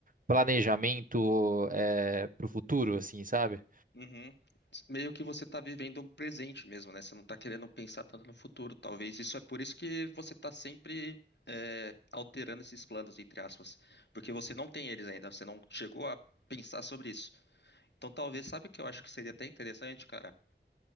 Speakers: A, on the right; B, on the left.
A: planejamento é, para o futuro, assim, sabe?
B: Uhum. Meio que você tá vivendo um presente mesmo, né? Você não tá querendo pensar tanto no futuro. Talvez isso é por isso que você tá sempre é, alterando esses planos, entre aspas. Porque você não tem eles ainda, você não chegou a pensar sobre isso. Então talvez, sabe o que eu acho que seria até interessante, cara?